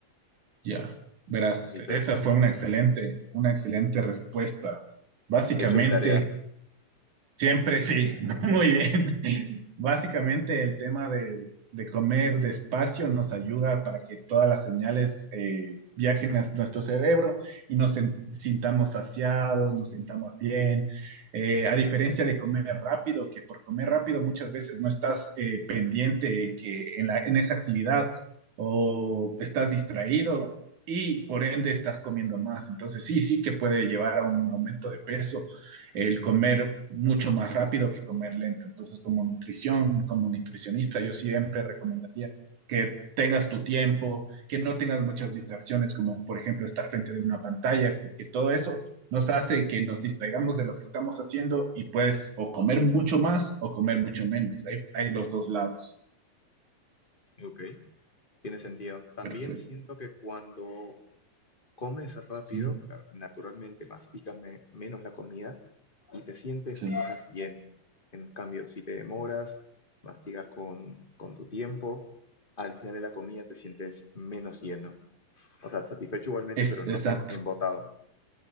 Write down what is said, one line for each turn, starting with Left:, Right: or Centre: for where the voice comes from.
Right: Ya. Verás,
Left: ¿Has visto?
Right: esa fue una excelente, una excelente respuesta. Básicamente,
Left: He hecho mi tarea.
Right: Siempre sí, <laughs> muy bien. Básicamente el tema de, de comer despacio nos ayuda para que todas las señales eh, viajen a nuestro cerebro y nos sen- sintamos saciados, nos sintamos bien. Eh, a diferencia de comer rápido, que por comer rápido muchas veces no estás eh, pendiente en que en la, en esa actividad o estás distraído y por ende estás comiendo más. Entonces sí, sí que puede llevar a un aumento de peso el comer mucho más rápido que comer lento. Entonces, como nutrición, como nutricionista, yo siempre recomendaría que tengas tu tiempo, que no tengas muchas distracciones, como por ejemplo estar frente de una pantalla, porque todo eso nos hace que nos distraigamos de lo que estamos haciendo y puedes o comer mucho más o comer mucho menos. Hay, hay los dos lados.
Left: Ok. Tiene sentido. También
Right: Perfecto.
Left: siento que cuando comes rápido,
Right: Sí,
Left: claro, naturalmente masticas me- menos la comida y te sientes
Right: sí.
Left: más lleno. En cambio, si te demoras, mastigas con, con tu tiempo, al final de la comida te sientes menos lleno. O sea, satisfecho igualmente,
Right: Es
Left: pero no
Right: exacto.
Left: tan embotado.